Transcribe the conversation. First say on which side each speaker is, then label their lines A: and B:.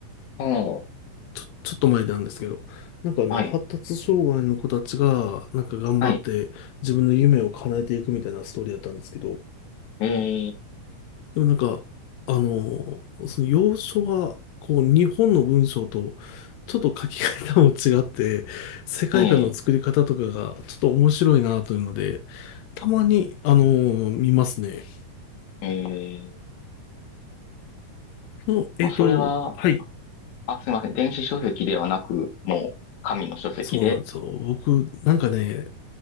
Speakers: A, on the left (about 70°); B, on the left (about 90°).
A: おー。
B: ちょ、ちょっと前なんですけど。なんかあの、
A: はい。
B: 発達障害の子たちが、なんか頑張って自分の夢を叶えていくみたいなストーリーだったんですけど、
A: はい。えー、
B: でもなんか、あのーその要所は、こう、日本の文章と、ちょっと書き方も違って、世界観の作り方とかが、
A: え
B: ちょっと面白いなというので、たまに、あのー見ますね。
A: ー、えー、
B: その、えっと、
A: もうそれは、
B: はい、
A: あ、すいません。電子書籍ではなく、もう、紙の書籍で。
B: そうなんですよ。僕、なんかね、